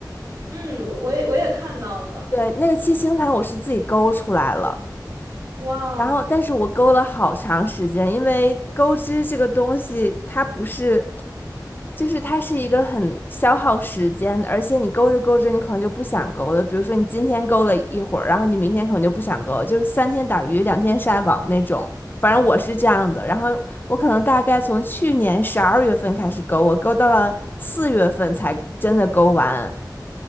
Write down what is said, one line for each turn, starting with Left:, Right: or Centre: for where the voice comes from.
Right: 嗯，我我也我也看到了，
Left: 对，那个七星毯我是自己勾出来了。
Right: 哇，
Left: 然后，但是我勾了好长时间，因为钩织这个东西，它不是就是它是一个很消耗时间，而且你勾着勾着，你可能就不想勾了。比如说你今天勾了一会儿，然后你明天可能就不想勾了就是三天打鱼两天晒网那种。反正我是这样的，然后我可能大概从去年十二月份开始勾，我勾到了四月份才真的勾完